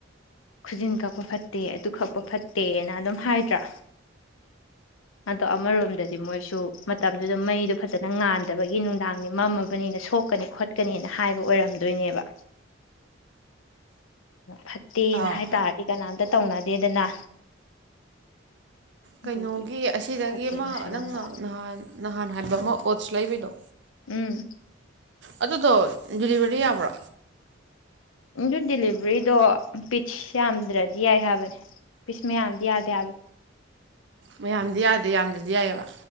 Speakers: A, on the left; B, on the right.
A: ꯈꯨꯖꯤꯟ ꯀꯛꯄ ꯐꯠꯇꯦ ꯑꯗꯨ ꯀꯛꯄ ꯐꯠꯇꯦꯅ ꯑꯗꯨꯝ ꯍꯥꯏꯗ꯭ꯔꯥ ꯑꯗꯣ ꯑꯃꯔꯣꯝꯗꯗꯤ ꯃꯣꯏꯁꯨ ꯃꯇꯝꯗꯨꯗ ꯃꯩꯗꯣ ꯐꯖꯅ ꯉꯥꯟꯗꯕꯒꯤ ꯅꯨꯡꯗꯥꯡꯗꯤ ꯃꯝꯃꯕꯅꯤꯅ ꯁꯣꯛꯀꯅꯤ ꯈꯣꯠꯀꯅꯤꯅ ꯍꯥꯏꯕ ꯑꯣꯏꯔꯝꯗꯣꯏꯅꯦꯕ ꯐꯠꯇ ꯇꯦꯅ
B: ꯑꯥ
A: ꯍꯥꯏꯇꯥꯥꯔꯗꯤ ꯀꯅꯥꯝ ꯇꯧꯅꯗꯦꯗꯅ꯫ ꯑꯗꯨꯒꯤ
B: ꯀꯩꯅꯣꯒꯤ ꯑꯁꯤꯗꯒꯤ
A: ꯐꯠꯇꯦꯅ
B: ꯑꯃ
A: ꯍꯥꯏꯔꯝꯕ
B: ꯅꯪꯅ ꯅꯍꯥꯟ꯫ ꯅꯍꯥꯟ ꯍꯥꯟꯕ ꯑꯃ ꯑꯣꯠꯁ ꯂꯩꯕꯩꯗꯣ꯫
A: ꯎꯝ
B: ꯑꯗꯨꯗꯣ ꯗꯤꯂꯤꯚꯔꯤ ꯌꯥꯕ꯭ꯔꯣ꯫
A: ꯑꯗꯨ ꯗꯤꯂꯤꯚꯔꯤꯗꯣ ꯄꯤꯁ ꯌꯥꯝꯗ꯭ꯔꯗꯤ ꯌꯥꯏ ꯍꯥꯏꯕꯅꯦ ꯄꯤꯁ ꯃꯌꯥꯝꯗꯤ ꯌꯥꯗꯦ ꯍꯥꯏꯕ꯫
B: ꯃꯌꯥꯝꯗꯤ ꯌꯥꯗꯦ ꯌꯥꯝꯗ꯭ꯔꯗꯤ ꯌꯥꯏꯌꯦꯕ꯫